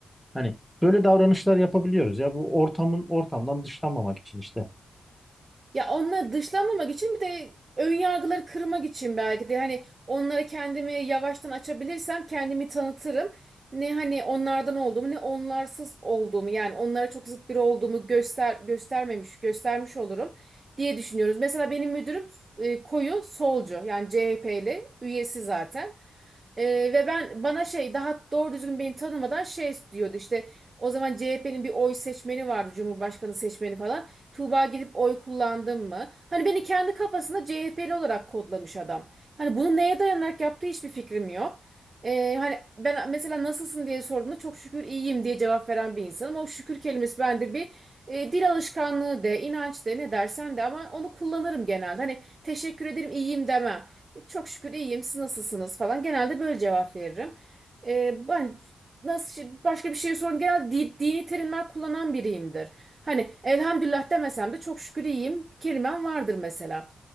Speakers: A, in the centre; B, on the right (about 40°).
A: Hani böyle davranışlar yapabiliyoruz ya bu ortamın ortamdan dışlanmamak için işte.
B: Ya onları dışlamamak için bir de ön yargıları kırmak için belki de hani onlara kendimi yavaştan açabilirsem kendimi tanıtırım. Ne hani onlardan olduğumu ne onlarsız olduğumu yani onlara çok zıt biri olduğumu göster göstermemiş göstermiş olurum diye düşünüyoruz. Mesela benim müdürüm e, koyu solcu yani CHP'li üyesi zaten. Ee, ve ben bana şey daha doğru düzgün beni tanımadan şey diyordu işte o zaman CHP'nin bir oy seçmeni vardı Cumhurbaşkanı seçmeni falan. Tuğba gidip oy kullandın mı? Hani beni kendi kafasında CHP'li olarak kodlamış adam. Hani bunu neye dayanarak yaptığı hiçbir fikrim yok. Ee, hani ben mesela nasılsın diye sorduğunda çok şükür iyiyim diye cevap veren bir insanım. O şükür kelimesi bende bir e, dil alışkanlığı de, inanç de, ne dersen de ama onu kullanırım genelde. Hani teşekkür ederim, iyiyim demem. E, Çok şükür iyiyim. Siz nasılsınız falan. Genelde böyle cevap veririm. Ee, ben nasıl başka bir şey sorun genel di- dini terimler kullanan biriyimdir. Hani elhamdülillah demesem de çok şükür iyiyim kelimem vardır mesela.